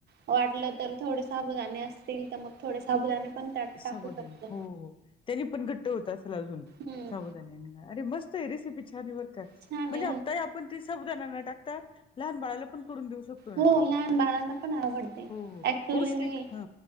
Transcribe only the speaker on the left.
साबुदाणे
हो हो त्याने पण घट्ट होत असल अजून
साबुदाण्याने अरे, मस्त आहे रेसीपी छान आहे. बर का
म्हणजे
पण ते साबुदाणा न टाकता लहान बाळाला पण करून देऊ शकतो. ना
ते
हो हो
पौष्टिक
ह